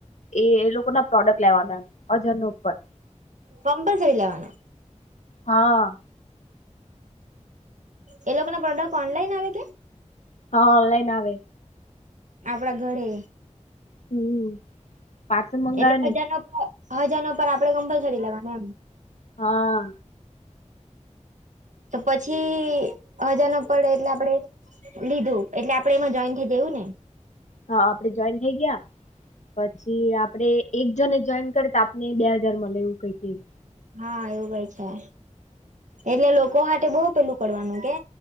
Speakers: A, on the left; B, on the right.
A: એ એ લોકો ના પ્રોડક્ટ લેવાના હજાર ન ઉપર
B: કમ્પ્લસરી લેવાના?
A: હા
B: એ લોકો ના પ્રોડક્ટ ઓનલાઈન આવે કે
A: હા ઓનલાઈન આવે
B: આપણા ઘરે
A: હમ પાર્સલ મંગાવે
B: એટલે
A: નઈ
B: હજાર ના ઉપર હજારના પર આપડે કમ્પલસરી લેવાના એમ
A: હા
B: તો પછી હજાર ન પડે એટલે આપડે લીધું એટલે આપડે એમાં જોઈન થઇ જવું ને
A: હા આપડે જોઈન થઈ ગયા પછી આપડે એક જને જોઈન કરી તો આપને બે હાજાર મલે એવું કઈક
B: હા એવું કઈ છે એટલે લોકો હાટે બઉ પેલું કરવાનું કે